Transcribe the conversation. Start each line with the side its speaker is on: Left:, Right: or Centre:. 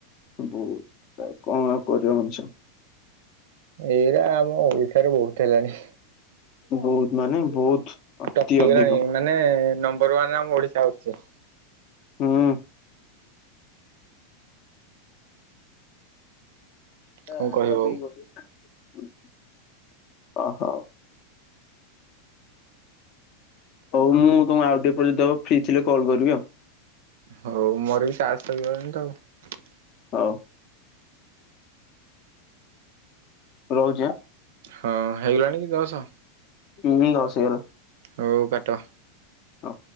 Left: <unintelligible> କଣ ଆଉ କରିବ ମଣିଷ?
Right: ଏଇଟା ଆମ ଓଡିଶାରେ ବହୁତ ହେଲାଣି।
Left: ବହୁତ ମାନେ ବହୁତ ଅତି
Right: ଟପିଗଲାଣି
Left: ଅଧିକ
Right: ମାନେ ନମ୍ବର ୱାନରେ ଆମ ଓଡିଶା ଆସୁଛି।
Left: ହୁଁ। ହେ
Right: କଣ
Left: ହାଣ୍ଡିଆ
Right: କହିବ ଆଉ
Left: ପିଇକି ବସିଛି ନା ଅହ ହଉ। ହଉ ମୁଁ ତମକୁ ଆଉ ଟିକେ ପରେ ଫ୍ରି ଥିଲେ କଲ୍ କରିବି ଆଉ
Right: ହଉ ମୋର ବି ଚାର୍ଜ ସଗଲାଣି ତ ଆଉ।
Left: ହଉ। ରହୁଛି ହଁ।
Right: ହଁ ହେଇଗଲାଣି କି ଦଶ?
Left: ହୁଁ ଦଶ ହେଇଗଲାଣି।
Right: ହଉ କାଟ।
Left: ହଁ।